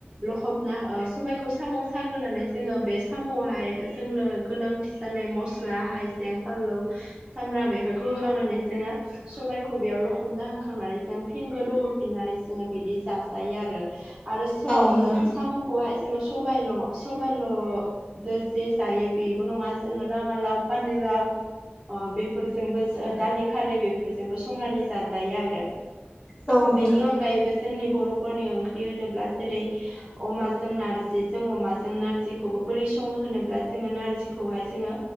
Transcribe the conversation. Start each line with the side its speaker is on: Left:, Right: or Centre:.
Right: लखबना ओ सबायखौ सागं साग्रोनानै जोङो बे साम'आवहाय जोंनो गोनां थि जानाय मस्ला हाइजें फानलौ सामब्राम बेफोरखौ होखांनानै जोङो सबायखौ बेयाव लखबना होखांनानै जों फिन गोदौहोफिननानै जोङो बिदि जाजायो आरो। आरो स
Left: औ नोंथां
Right: सामु'खौहाय जोङो सबायल' सबायल' दो जे जायो बेबो नङा जोङो राङालाव फानिलाव ओ बेफोरजोंबो दालि खारै बेफोरजोंबो संनानै जाजायो आरो।
Left: औ नोंथां
Right: बेनि अनगायैबो जोंनि बर'फोरनि ओंख्रि होनोब्ला जेरै अमाजों नारजिजों अमाजों नारजिखौबो बोरै सङो होनोब्ला जोङो नारजिखौहाय जोङो